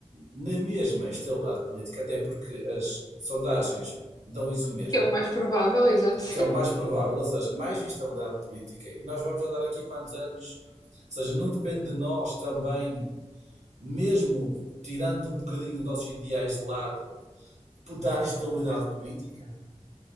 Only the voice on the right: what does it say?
na mesma estabilidade política, até porque as sondagens dão isso mesmo,
que é o mais provável, ou seja, mais instabilidade política. E nós vamos andar aqui quantos anos? Ou seja, não depende de nós também, mesmo tirando um bocadinho dos nossos ideais de lado, dar estabilidade política?